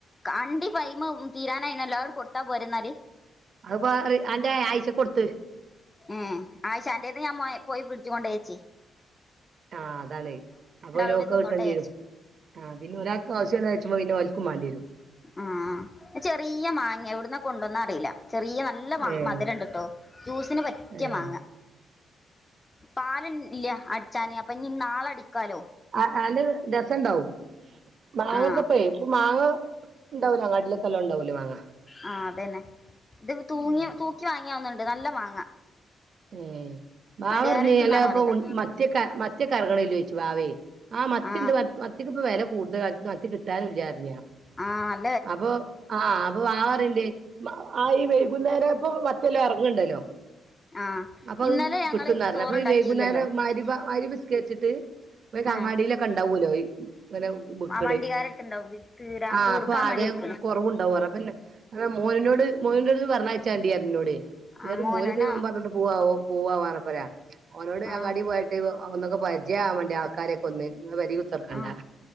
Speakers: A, on the left; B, on the right.
A: കണ്ടി പൈമ തീരാനായിനല്ലോ അ അട് കൊടുത്താ പോരെന്നാല്
B: അത്പ്പോ അത് അന്റെ ആയ്ഷകൊട്ത്ത്
A: ഉം ആയിഷാൻ്റെത് ഞാൻ മൗ പോയി ഫ്രിഡ്ജ് കൊണ്ടേച്ച്
B: ആഹ് അതാണ് അപ്പൊ പിന്നെ
A: കൂടി
B: ഓക്ക്
A: തിന്നോട്ടെ
B: കിട്ടേണ്ടിരും
A: വിചാരിച്ചു
B: ആഹ് പിന്നെ ഒരാക്ക് ആവശ്യം ഇള്ളചുമ്പോ പിന്നെ ഒല്ക്കും മാണ്ടിരും
A: ആഹ് ചെറിയ മാങ്ങയാ എവിട്ന്നാ കൊണ്ടന്നെ അറിയില്ല ചെറിയ നല്ല മ
B: ഏഹ്
A: മധുരണ്ട്ട്ടോ ജ്യൂസിന് പറ്റിയ
B: ഏഹ്
A: മാങ്ങ പാല് ഇ ഇല്ല അടിച്ചാന് അപ്പൊ ഇനി നാളടിക്കാലോ
B: <unintelligible> രസണ്ടാവും മാങ്ങക്കെപോയെ
A: ആ
B: ഇപ്പൊ മാങ്ങ ഇണ്ടാവുല അങ്ങാടിലൊക്കെ നല്ലോ ഉണ്ടാവല്ലോ മാങ്ങ
A: ആ അതെന്നെ ഇത് തൂങ്ങി
B: ഉം
A: തൂക്കി വാങ്ങിയാവന്നണ്ട് നല്ല മാങ്ങ
B: ഏ ബാവ
A: വണ്ടിയാരെടുത്തുന്നാണോ
B: പറഞ്ഞ് എല്ല ഇപ്പൊ
A: അറിയില്ല
B: മത്തിയൊക്കെ മത്തിയൊക്കെ എറങ്ങണില്ലോയ്ച്ച് വാവേയെ ആഹ് മത്തിണ്ട്
A: ആ
B: മത്തിക്കിപ്പൊ വെല കൂടുതലായി മത്തി കിട്ടാനും ഇല്ല്യ ർത്ത് ഞാൻ
A: ആഹ്
B: അപ്പൊ ആ അപ്പൊ വാവ പറീനിണ്ട് ആ ഈ വൈകുന്നേരായപ്പോ <unintelligible> ഇറങ്ങണ്ടെല്ലോ
A: ആഹ്
B: അപ്പൊകിട്ട്ന്ന്
A: ഇന്നലെ ഞങ്ങള്
B: പറഞ്ഞ്
A: ചോറുണ്ടാക്കിയില്ലല്ലോ
B: അപ്പൊ ഈ വൈകുന്നേരം മഗ്‌രിബ മയ്രിബ് നിസ്കരിച്ചിട്ട് <unintelligible>
A: ആഹ്
B: അങ്ങാടിയിലൊക്കെ ഇണ്ടാവോലോ ഇങ്ങനെ ബിക്ക്ണ്
A: ആ വണ്ടിക്കാരടുത്തുണ്ടാവും തീരാ
B: ആഹ്
A: തീർക്കാൻ
B: അപ്പൊ ആദെ
A: വേണ്ടി വെക്കണ്
B: കുറവുണ്ടാവും പറഞ്ഞ് പിന്നെ മോനിനോട് മോനുൻ്റട്ത്ത് പറഞ്ഞയ്ച്ചാണ്ടി പറഞ്ഞിന്നോട്
A: ആ
B: വേറെ
A: മോനോനാ
B: മോന് നോമ്പാറ പോവാ വാ ർഞ്ഞപ്പൊ റിയ ഓനോട്
A: ആഹ്
B: അങ്ങാടി പോയിട്ട് ഒന്നൊക്കെ പയി ജ് ആ വാണ്ടി ആൾക്കാരെക്കൊന്ന് പെരി കുത്ർക്കണ്ട.
A: ആഹ്